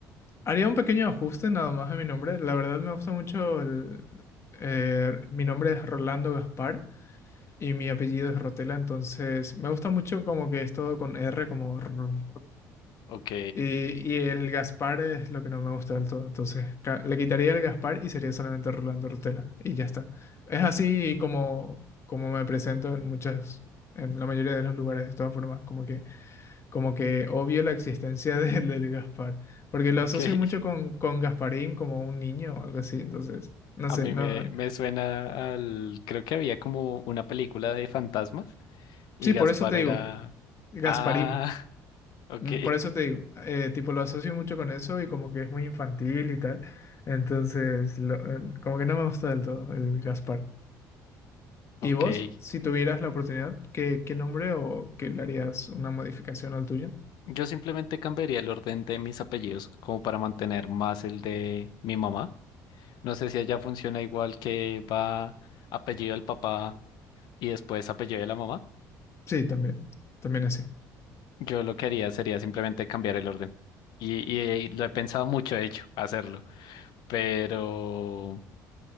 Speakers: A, on the left (about 40°); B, on the left (about 70°).
A: Haría un pequeño ajuste nada más a mi nombre. La verdad me gusta mucho el... eh, mi nombre es Rolando Gaspar y mi apellido es Rotela, entonces me gusta mucho como que es todo con R, como... rr.
B: Ok,
A: Y, y el Gaspar es lo que no me gusta del todo, entonces ca- le quitaría el Gaspar y sería solamente Rolando Rotela y ya está. Es así como, como me presento en muchas, en la mayoría de los lugares de todas formas, como que como que obvio la existencia <laughs> del, del Gaspar, porque lo asocio
B: ok.
A: mucho
B: <laughs>
A: con, con Gasparín como un niño o algo así, entonces, no
B: A
A: sé,
B: mí
A: no,
B: me, me suena al... Creo que había como una película de fantasmas y
A: sí,
B: Gaspar
A: por eso te
B: era...
A: digo, Gasparín,
B: Ah, <laughs> ok,
A: mm, por eso te digo, eh, tipo lo asocio mucho con eso y como que es muy infantil y tal, entonces, lo- eh, como que no me gusta del todo el Gaspar.
B: ok.
A: ¿Y vos, si tuvieras la oportunidad, qué, qué nombre o qué le harías una modificación al tuyo?
B: Yo simplemente cambiaría el orden de mis apellidos como para mantener más el de mi mamá. No sé si allá funciona igual que va apellido del papá y después apellido de la mamá.
A: Sí, también, también así.
B: Yo lo que haría sería simplemente cambiar el orden. Y, y- y lo he pensado mucho, de hecho, hacerlo. Pero,